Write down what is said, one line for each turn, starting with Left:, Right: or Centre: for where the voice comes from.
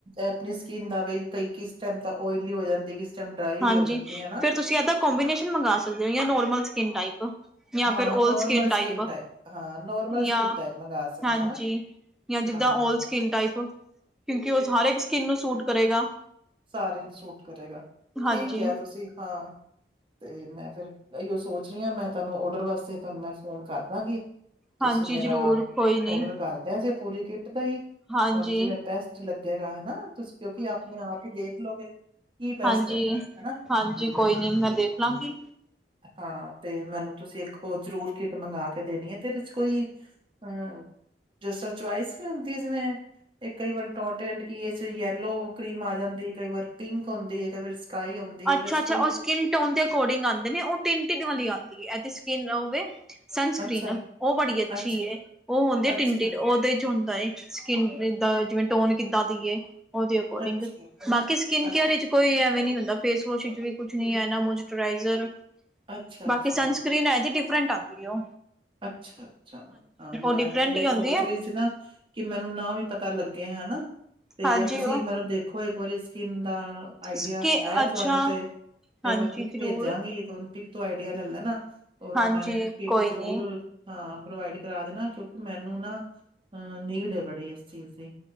Right: ਆਪਣੀ ਸਕਿਨ ਦਾ ਬਈ, ਕਈ ਕਿਸ ਟਾਈਮ ਤਕ ਓਇਲੀ ਹੋ ਜਾਂਦੀ। ਕਿਸ ਟਾਈਮ ਡਰਾਈ ਵੀ
Centre: ਹਾਂਜੀ,
Right: ਹੋ ਜਾਂਦੀ ਹਨਾ।
Centre: ਫਿਰ ਤੁਸੀਂ ਇਹਦਾ ਕੋਂਬੀਨੇਸ਼ਨ ਮੰਗਾ ਸਕਦੇ ਉਸ, ਯਾਂ ਨੋਰਮਲ ਸਕਿੰਨ ਟਾਈਪ। ਜਾ
Right: ਹਾਂ
Centre: ਫਿਰ
Right: ਨੋਰਮਲ
Centre: ਓਲਡ ਸਕਿਨ ਟਾਈਪ,
Right: ਹਾਂ ਨੋਰਮਲ
Centre: ਜਾ,
Right: ਸਕਿਨ ਟਾਈਪ ਮੰਗਵਾ ਸਕਦੇ
Centre: ਹਾਂਜੀ।
Right: ਹਨਾ
Centre: ਜਾ, ਜਿੱਦਾਂ
Right: ਹਾਂ।
Centre: ਔਲ ਸਕਿਨ ਟਾਈਪ, ਕਿਉਂਕਿ ਉਹ ਹਰ ਇੱਕ ਸਕਿੰਨ ਨੂੰ ਸੂਟ ਕਰੇਗਾ।
Right: ਸਾਰੇ ਜਾ ਨੂੰ ਸੂਟ ਕਰੇਗਾ,
Centre: ਹਾਂਜੀ
Right: ਠੀਕ ਕਿਹਾ ਤੁਸੀਂ ਹਾਂ। ਤੇ, ਮੈਂ ਫਿਰ ਇਓ ਸੋਚ ਰਹੀ ਹਾਂ, ਮੈਂ ਤੁਹਾਨੂੰ ਔਡਰ ਵਾਸਤੇ ਤੁਹਾਨੂੰ ਮੈਂ ਫੋਨ ਕਰ ਦਾਂਗੀ। ਤੁਸੀਂ
Centre: ਹਾਂਜੀ
Right: ਮੇਰਾ
Centre: ਜ਼ਰੂਰ ਕੋਈ ਨੀ
Right: ਔਡਰ ਕਰਦੇਆ, ਜੇ ਪੂਰੀ ਕਿੱਟ ਦਾ ਈ।
Centre: ਹਾਂਜੀ
Right: ਤੁਹਾਨੂੰ ਜੀਵੇੈਂ ਬੈਸਟ ਲੱਗੇਗਾ ਹਨਾ, ਤੁਸੀਂ ਕਿਉਂਕਿ ਆਪਣੇ ਆਪ ਹੀ ਦੇਖ ਲੋਗੇ। ਕੀ ਬੈਸਟ
Centre: ਹਾਂਜੀ-ਹਾਂਜੀ,
Right: ਹੈਗਾ ਹਨਾ।
Centre: ਕੋਈ ਨੀ ਮੈਂ ਦੇਖ ਲਾਂਗੀ।
Right: ਹਾਂ, ਤੇ ਮੈਨੂੰ ਤੁਸੀਂ ਇੱਕ ਓ ਜਰੂਰ ਕਿੱਟ ਮੰਗਾ ਕੇ ਦੇਨੀ ਏ ਤੇ ਏਦੇ ਚ ਕੋਈ ਅ ਜਿਸ ਤਰਾ ਚੁਆਇਸ ਵੀ ਹੁੰਦੀ ਏ। ਜਿਵੇਂ? ਏ, ਕਈ ਵਾਰ ਡੋਟ ਐਂਡ ਕਿ ਇਚ ਯੈਲੋ ਕਰੀਮ ਆ ਜਾਂਦੀ ਐ, ਕਈ ਵਾਰ ਪਿੰਕ ਹੁੰਦੀ ਐ, ਕਈ ਵਾਰ ਕਾਈ ਆਉਂਦੀ
Centre: ਅੱਛਾ-ਅੱਛਾ
Right: ਏਦੇ ਚ ਕੋਈ
Centre: ਉਹ ਸਕਿਨ ਟੋਨ ਦੇ ਅਕੋਰਡਿਂਗ ਆਂਦੇ ਨੇ ਓ ਟਿੰਨਟਿਡ ਵਾਲੀ ਆਂਦੀ ਏ, ਐ ਤੇ ਸਕਿਨ ਓ ਵੇ ਸਨਸਕ੍ਰਰੀਨ
Right: ਅੱਛਾ
Centre: ਓ ਬੜੀ ਅੱਛੀ
Right: ਅੱਛਾ
Centre: ਏ, ਓ ਹੁੰਦੀ ਏ
Right: ਅੱਛਾ
Centre: ਟਿੰਨਟਿਡ ਉਹਦੇ ਚੋਹਂਦਾ ਏ, ਸਕਿਨ ਦਾ ਜਿਵੇਂ ਟੋਨ ਕਿੱਦਾਂ ਦੀ ਏ ਓਦੇ ਅਕੋਰਡਿੰਗ
Right: ਅੱਛਾ
Centre: ਬਾਕੀ ਸਕਿਨ
Right: ਅੱਛ
Centre: ਕੇਅਰ ਇੱਚ ਕੋਈ ਐਵੇਂ ਨੀ ਹੁੰਦਾ। ਫੇਸ ਵੋਸ਼ ਇੱਚ ਵੀ ਕੁਛ ਨੀ ਹੈ। ਨਾ ਮੋਸਚਰਾਈਜ਼ਰ,
Right: ਅੱਛਾ
Centre: ਬਾਕੀ
Right: ਅੱਛਾ
Centre: ਸਨਸਕ੍ਰਰੀਨ ਹੈ। ਜੀ ਡਿਫਰੈਂਟ ਆਤੀ ਓ।
Right: ਅੱਛਾ-ਅੱਛਾ ਹਾਂ। ਮੈਂ
Centre: ਡਿਫਰੈਂਟ
Right: ਐਂਵੈ
Centre: ਹੀ
Right: ਓ
Centre: ਹੁੰਦੀ
Right: ਸੋਚ
Centre: ਏ
Right: ਰਹੀ ਸੀ ਨਾ ਕਿ ਮੈਨੂੰ ਨਾ ਵੀ ਪਤਾ ਲੱਗੇ ਹੈਨਾ ਤੇ
Centre: ਹਾਂਜੀ
Right: ਜਾ ਤੁਸੀਂ
Centre: ਉਹ
Right: ਮੈਨੂੰ ਦੇਖੋ ਇੱਕ ਵਾਰੀ ਸਕਿਨ ਦਾ। ਆਈਡੀਆ
Centre: ਸਕਿ
Right: ਹੈ,
Centre: ਅੱਛਾ
Right: ਤੂਹਾਨੂੰ ਤੇ, ਤੇ
Centre: ਹਾਂਜੀ
Right: ਮੈਂ ਪਿਕ
Centre: ਜ਼ਰੂਰ
Right: ਭੇਜਾਂਗੀ ਤਹਾਨੂੰ ਪਿਕ ਤੋਂ ਆਈਡੀਆ ਲੈਲ ਲੈਨਾ। ਔਰ,
Centre: ਹਾਂਜੀ
Right: ਮੈਨੂੰ ਕਿਟ
Centre: ਕੋਈ
Right: ਜ਼ਰੂਰ
Centre: ਨੀ।
Right: ਹਾਂ, ਪ੍ਰੋਵਾਈਡ ਕਰਾ ਦੇਣਾ। ਕਿਉਂਕਿ ਮੈਨੂੰ ਨਾ ਅ ਨੀਡ ਏ ਬੜੀ ਇਸ ਚੀਜ਼ ਦੀ।